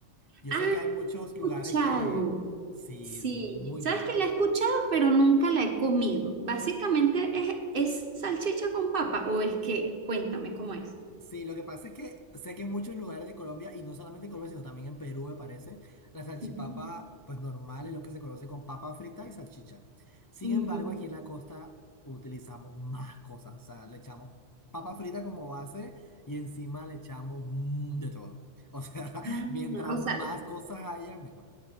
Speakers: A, on the left; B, on the right.
A: Yo
B: Ah,
A: sé que hay muchos
B: escuchado.
A: lugares que sí,
B: Sí,
A: es muy
B: sabes
A: bueno.
B: que la he escuchado, pero nunca la he comido. Básicamente es, es salchicha con papa o es que, cuéntame cómo es.
A: Sí, lo que pasa es que sé que en muchos lugares de Colombia, y no solamente en Colombia, sino también en Perú, me parece, la salchipapa,
B: Ujú,
A: pues normal, es lo que se conoce con papa frita y salchicha. Sin
B: ujú.
A: embargo, aquí en la costa utilizamos más cosas, o sea, le echamos papa frita como base y encima le echamos mm, de todo. O sea, <laughs>
B: Ah,
A: mientras
B: o
A: más
B: sea,
A: cosas haya, mejor.